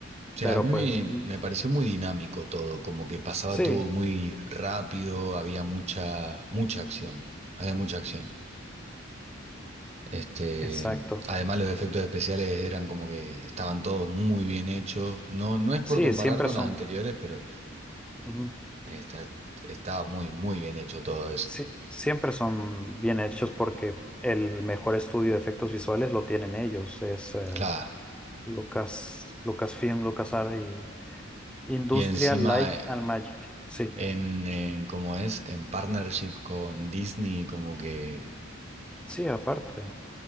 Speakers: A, on the right (about 35°); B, in the centre.
A: O sea,
B: pero
A: a mí me,
B: pues mm,
A: me pareció muy dinámico todo, como que pasaba
B: sí,
A: todo muy rápido, había mucha, mucha acción. Había mucha acción. Este,
B: exacto.
A: además los efectos especiales eran como que estaban todos muy bien hechos. No, no es por
B: Sí,
A: comparar
B: siempre
A: con
B: son,
A: las anteriores, pero
B: ujú,
A: esta- estaba muy, muy bien hecho todo eso.
B: sí, siempre son bien hechos porque el mejor estudio de efectos visuales lo tienen ellos. Es eh,
A: Claro.
B: Lucas, Lucasfilm, LucasArts y Industrial
A: Y encima,
B: Light
A: eh,
B: and Magic. Sí.
A: en, en cómo es, en partnership con Disney, como que
B: Sí, aparte,